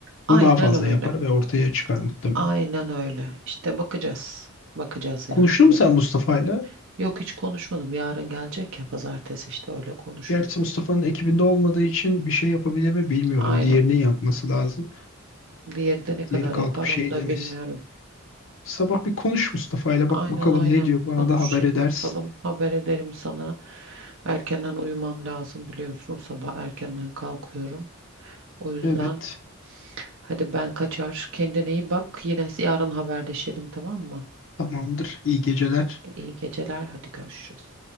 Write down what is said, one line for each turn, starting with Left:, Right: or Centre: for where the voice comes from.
Right: Aynen
Left: bunu daha fazla
Right: öyle.
Left: yapar ve ortaya çıkar muhtemelen.
Right: Aynen öyle. İşte bakacağız. Bakacağız yani
Left: Konuştun
Right: neden.
Left: mu sen Mustafa'yla?
Right: Yok hiç konuşmadım. Yarın gelecek ya pazartesi işte öyle konuşuruz.
Left: Gerçi Mustafa'nın ekibinde olmadığı için bir şey yapabilir mi bilmiyorum.
Right: Aynen.
Left: Diğerinin yapması lazım.
Right: Diğeri de ne kadar
Left: Diğeri kalkıp
Right: yapar
Left: şey
Right: onu da
Left: demesin.
Right: bilmiyorum.
Left: Sabah bir konuş Mustafa ile bak
Right: Aynen
Left: bakalım
Right: aynen
Left: ne diyor. Bana
Right: konuşayım
Left: da haber edersin.
Right: bakalım. Haber ederim sana. Erkenden uyumam lazım biliyorsun. Sabah erkenden kalkıyorum. O yüzden
Left: Evet,
Right: hadi ben kaçar. Kendine iyi bak. Yine yarın haberleşelim tamam mı?
Left: tamamdır. İyi geceler.
Right: İyi geceler. Hadi görüşürüz.